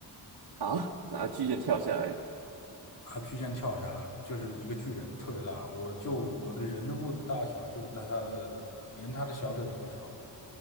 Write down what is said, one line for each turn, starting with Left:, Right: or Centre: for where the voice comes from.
Right: 啊，拿巨剑跳下来，
Left: 他巨剑跳下来，就是一个巨人，特别大。我就我的人物的大小，就在他的，连他的小腿都不超过，